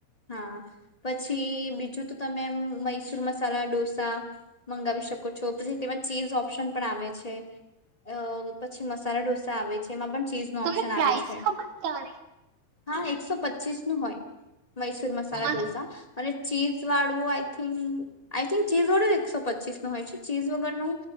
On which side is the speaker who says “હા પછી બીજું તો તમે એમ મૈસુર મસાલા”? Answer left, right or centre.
Left